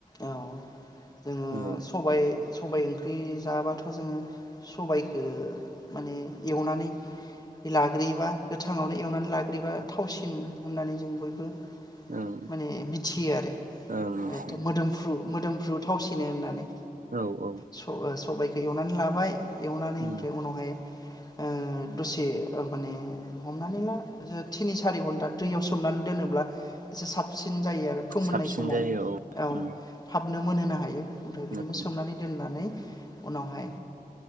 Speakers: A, on the left; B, on the right.
A: औ जोङो
B: औ
A: सबाय। सबाय ओंख्रि जाबाथ जोङो सबायखो माने एवनानै लाग्रोयोबा गोथाङावनो एवनानै लाग्रोयोबा थावसिन होननानै जों बयबो।
B: ओं
A: माने मिथियो आरो
B: ओं मिथियो
A: मोदोमफ्रु मोदोमफ्रु थावसिनो होननानै
B: औ औ
A: स-सबायखौ एवनानै ला बाय। एवनानै
B: उम
A: ओमफ्राय उनावहाय ओ दसे माने हमनानै ला थिनि सारि घन्टा दैयाव सो सोमनानै दोनोब्ला एसे साबसिन। जायो आरो फोमोननाय
B: साबसिन
A: समाव।
B: जायो
A: औ
B: उम
A: थाब। नो मोनहोनो हायो। ओमफ्राय बिदिनो
B: औ उम
A: सोमनानै दोननानै उनावहाय।